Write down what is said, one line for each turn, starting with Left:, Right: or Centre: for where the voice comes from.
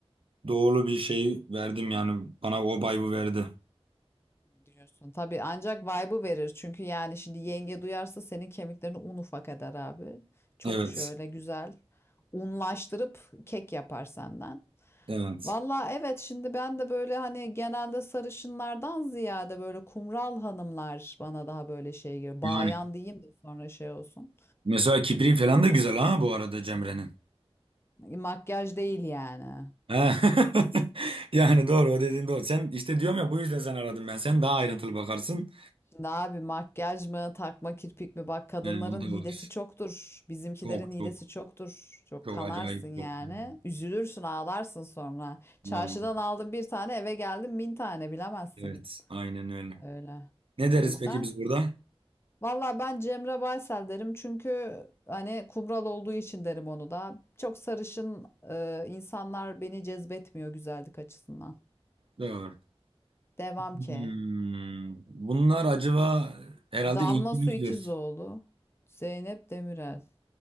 Right: doğulu bir şey verdim yani. Bana o vibe'ı verdi.
Left: Diyorsun. Tabii ancak vibe'ı verir. Çünkü yani şimdi yenge duyarsa senin kemiklerini un ufak eder abi. Çok
Right: Evet.
Left: şöyle güzel unlaştırıp kek yapar senden.
Right: Evet.
Left: Valla evet şimdi ben de böyle hani genelde sarışınlardan ziyade böyle kumral hanımlar bana daha böyle şey geliyor.
Right: Yani
Left: Bayan diyeyim de sonra şey olsun.
Right: mesela Kibri falan da güzel ha bu arada Cemre'nin.
Left: Makyaj değil yani.
Right: He. <laughs> Yani doğru o dediğin doğru. Sen işte diyorum ya bu yüzden sen aradım ben. Sen daha ayrıntılı bakarsın.
Left: Şimdi abi makyaj mı takma kirpik mi bak kadınların
Right: Yani o da
Left: hilesi
Right: var.
Left: çoktur. Bizimkilerin
Right: Çok
Left: hilesi
Right: çok
Left: çoktur. Çok
Right: çok
Left: kanarsın
Right: acayip
Left: yani.
Right: çok. Yani.
Left: Üzülürsün ağlarsın sonra.
Right: Vallahi.
Left: Çarşıdan aldın bir tane eve geldin bin tane bilemezsin.
Right: Evet aynen öyle.
Left: Öyle.
Right: Ne deriz
Left: O yüzden
Right: peki biz burada?
Left: Valla ben Cemre Baysel derim çünkü hani kumral olduğu için derim onu da. Çok sarışın e, insanlar beni cezbetmiyor güzellik açısından.
Right: Doğru.
Left: Devam
Right: Hmm,
Left: ki.
Right: bunlar acaba herhalde
Left: Damla
Right: İngilizdir.
Left: Su İkizoğlu, Zeynep Demirel.